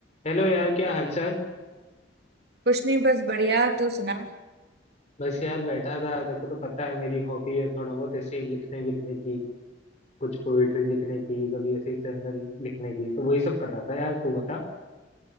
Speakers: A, on the left; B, on the right.
A: Hello यार क्या हालचाल
B: कुछ नहीं बस बढ़िया तो सुना
A: बस यार बैठा था देखो तो पता है मेरी हॉबी है थोड़ा बहुत ऐसे ही लिखने विखने की कुछ पोइट्री लिखने की कभी ऐसे ही जर्नल लिखने की तो वही सब कर रहा था यार तू बता